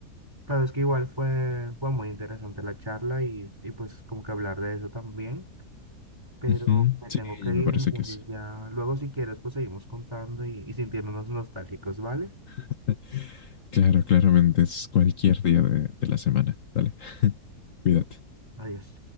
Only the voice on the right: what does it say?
sabes que igual fue, fue muy interesante la charla y, y pues como que hablar de eso también, pero
me tengo
que ir,
entonces
ya luego si quieres pues seguimos contando y, y sintiéndonos nostálgicos, ¿vale?
Bueno, adiós.